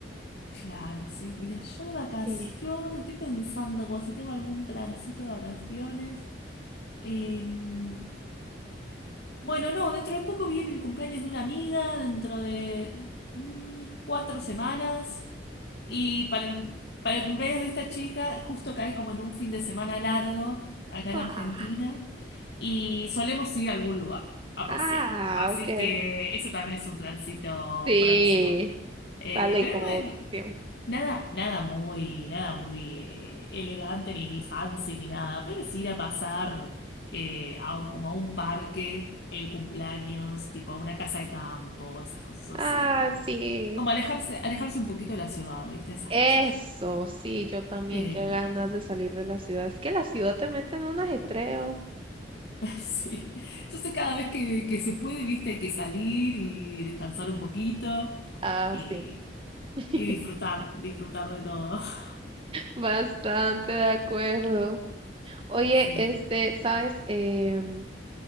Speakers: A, on the left; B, on the right.
A: Claro, sí. Mira, yo de vacaciones,
B: Sí.
A: estoy pensando como si tengo algún plancito de vacaciones. Em, Bueno, no, dentro de poco viene el cumpleaños de una amiga, dentro de mm, cuatro semanas. Y para el, para el cumpleaños de esta chica, justo cae como en un fin de semana largo acá en
B: Ah,
A: Argentina. Y solemos ir a algún lugar a
B: ah,
A: pasear. Así
B: ok.
A: que eso también es un plancito
B: Sí,
A: próximo. Eh,
B: sale
A: pero
B: como
A: no,
B: opción.
A: Nada, nada muy, nada muy eh, elegante ni fancy ni nada, pero es ir a pasar eh, a un- como a un parque el cumpleaños, tipo a una casa de campo, esas cosas así.
B: Ah, sí,
A: Como alejarse, alejarse un poquito de la ciudad, ¿viste? Esas
B: eso,
A: cosas.
B: sí, yo también,
A: Eh,
B: qué ganas de salir de la ciudad. Es que la ciudad te mete en un ajetreo.
A: <laughs> sí. Entonces cada vez que, que se puede, ¿viste? Hay que salir y descansar un poquito
B: Ah,
A: y,
B: sí, <laughs>
A: y disfrutar, disfrutar de todo. <laughs>
B: bastante de acuerdo. Oye,
A: Sí.
B: este, sabes, Em,